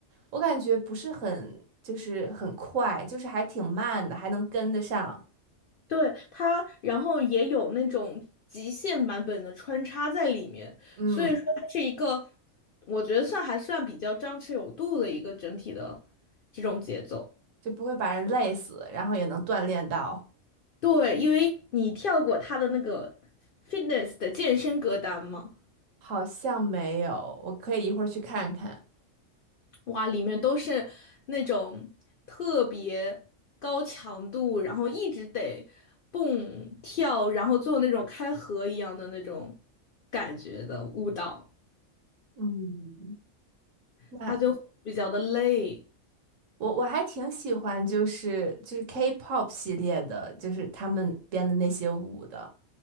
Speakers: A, on the right (about 70°); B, on the left (about 60°).
A: 我感觉不是很，就是很快，就是还挺慢的，还能跟得上。
B: 对它，然后也有那种极限版本的穿插在里面，
A: 嗯，
B: 所以说它是一个，我觉得算还算比较张弛有度的一个整体的这种节奏。
A: 就不会把人累死，然后也能锻炼到。
B: 对，因为你跳过他的那个 fitness 的健身歌单嘛，
A: 好像没有，我可以一会儿去看看。
B: 哇，里面都是那种特别高强度，然后一直得蹦跳，然后做那种开合一样的那种感觉的舞蹈，
A: 嗯，那
B: 它就比较的累。
A: 我我还挺喜欢，就是就是 K-pop 系列的，就是他们编的那些舞的，